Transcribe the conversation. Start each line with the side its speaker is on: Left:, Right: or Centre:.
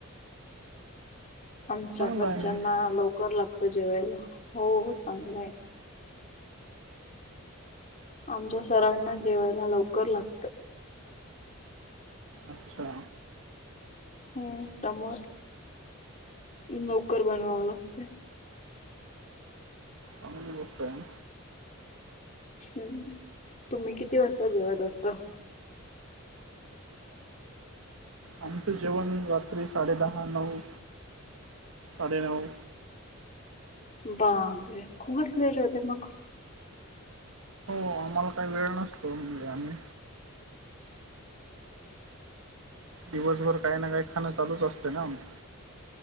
Left: आमच्या
Right: चांगलं
Left: घरच्यांना
Right: आहे मग
Left: लवकर लागत जेवायला,, हो चांगलं हाय. आमच्या सरांना जेवायला लवकर लागतं.
Right: अच्छा,
Left: हम्म,, त्यामुळ, लवकर बनवावं लागतंय.
Right: चांगली गोष्ट हाय म.
Left: हम्,, तुम्ही किती वाजता जेवत असता?
Right: आमचं जेवण, रात्री साडेदहा, नऊ साडेनऊ.
Left: बापरे! खूपच लेट होतय मग.
Right: हो, आम्हाला काही वेळ नसतो. म्हणजे आम्ही दिवसभर काही ना काही खाणं चालूच असतं ना आमच.